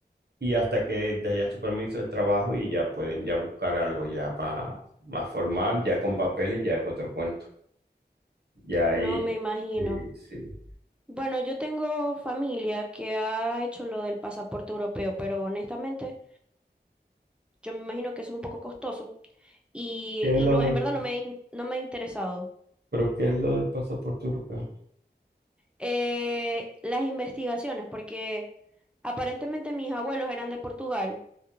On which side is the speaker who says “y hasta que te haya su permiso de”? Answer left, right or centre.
Right